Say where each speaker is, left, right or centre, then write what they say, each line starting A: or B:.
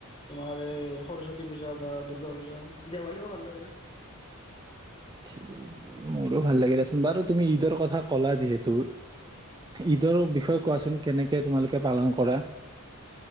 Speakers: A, on the left; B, on the right.
A: তোমাৰ এই সৰস্বতী পূজা বা দূৰ্গা পূজা দেৱালীও ভাল লাগে।
B: ঠিক আছে <unintelligible> মোৰো ভাল লাগে দিয়াচোন বাৰু তুমি ঈদৰ কথা কলা যিহেতু ঈদৰ বিষয়ে কোৱাচোন কেনেকে তোমালোকে পালন কৰা।